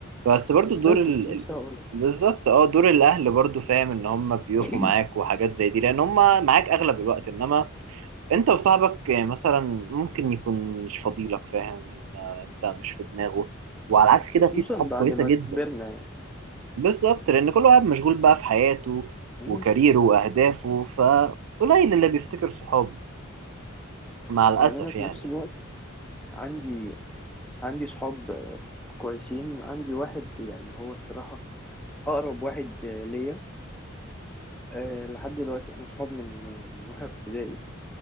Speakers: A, on the right; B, in the centre.
A: بس برضو
B: بالظبط
A: دور ال...
B: كنت لسه
A: ال-
B: هقولك
A: بالظبط اه دور الاهل برضو فاهم ان هم بيقفوا
B: <clears throat>
A: معاك وحاجات زي دي لان هم معاك اغلب الوقت انما انت وصاحبك مثلا ممكن يكون مش فضيلك فاهم آه، انت مش في دماغه وعلى عكس كده
B: خصوصا
A: في صحاب كويسة
B: بعد ما
A: جدا
B: كبرنا يعني
A: بالظبط لان كل واحد مشغول بقى في حياته
B: مم،
A: وكاريره واهدافه فقليل اللي بيفتكر صحابه مع الاسف
B: يعني أنا في
A: يعني
B: نفس الوقت عندي عندي صحاب آه، كويسين عندي واحد يعني هو الصراحة أقرب واحد آه، ليا آه، لحد دلوقتي احنا صحاب من آه، من واحنا في ابتدائي